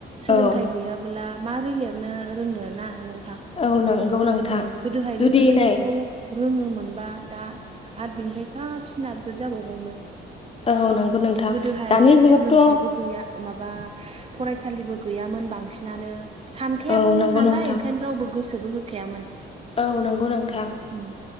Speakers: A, on the right; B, on the left.
A: सोलोंथाइ
B: औ
A: गैयाब <unintelligible> बला मारै लिरनो रोंनो ना नोंथां
B: औ नंगौ नोंथां
A: औ गोदोहाय
B: जुदि
A: बेफोरबायदि
B: नै
A: रोङोमोनबा दा आरो बिनिफ्राय साबसिन आपग्रेद जाबावगौमोन
B: औ नंगौ नोंथां
A: गोदोहाय
B: दानि जुगावथ'
A: सोलोंथाइबो गैया माबा फरायसालिबो गैयामोन बांसिनानो सानखायाबोमोन
B: औ नंगौ
A: नालाय
B: नोंथां
A: ओंखायनो रावबो गोसोबो होखायामोन
B: औ नंगौ नोंथां
A: उम